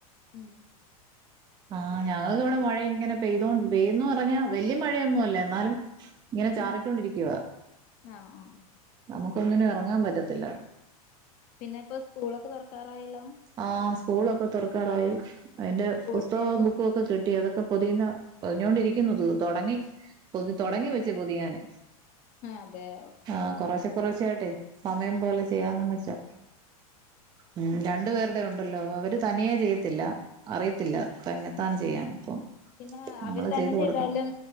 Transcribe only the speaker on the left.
ഏഹ്
ഉം ആഹ് ആഹ്
പി
പിന്നെ പ്പോ സ്കൂളൊക്കെ തൊറക്കാറായല്ലോ.
അതെ സ്കൂൾ
ബാഗും
അതെ
അതെ ഓക്കെ
ഉം
ആ
പിന്നെ
അവര് തന്നെ
ചെയ്താലും